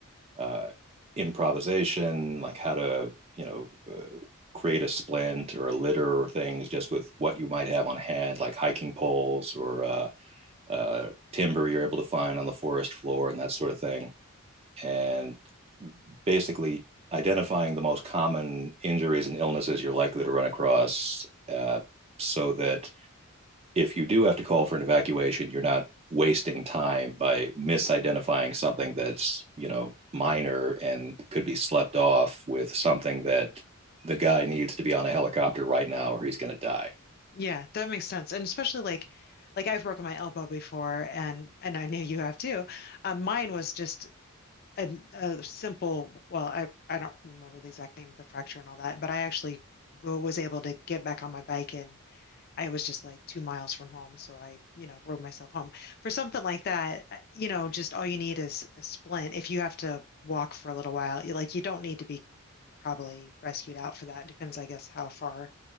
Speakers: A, on the right; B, on the left.
A: uh, improvisation, like how to you know uh, create a splint or a litter or things just with what you might have on hand, like hiking poles or uh, uh, timber you're able to find on the forest floor and that sort of thing. And basically identifying the most common injuries and illnesses you're likely to run across uh, so that if you do have to call for an evacuation, you're not wasting time by misidentifying something that's, you know, minor and could be slept off with something that the guy needs to be on a helicopter right now or he's going to die.
B: Yeah, that makes sense. And especially like like I've broken my elbow before and and I know you have too. Um, mine was just a, a simple, well, I I don't remember the exact name of the fracture and all that, but I actually w- was able to get back on my bike and I was just like two miles from home, so I, you know, rode myself home. For something like that, uh, you know, just all you need is a splint. If you have to walk for a little while, you like you don't need to be probably rescued out for that. Depends, I guess, how far